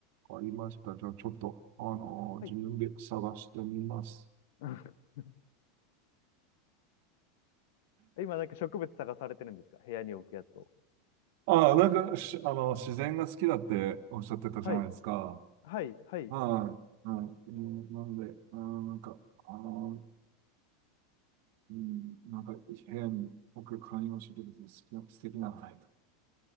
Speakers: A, on the right (about 65°); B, on the left (about 70°).
A: わかりました。じゃあ、ちょっと、あの、
B: はい。
A: 自分で探してみます。
B: <laughs> 今なんか植物探されてるんですか部屋に置くやつを。
A: ああ、なんか、し、あの、自然が好きだっておっしゃってたじゃないですか。
B: はい。
A: は
B: はい。はい。
A: い。はい。うんなので、あん、なんか、あの、うん、なんか、部屋に僕観葉植物の好きな、素敵なのないと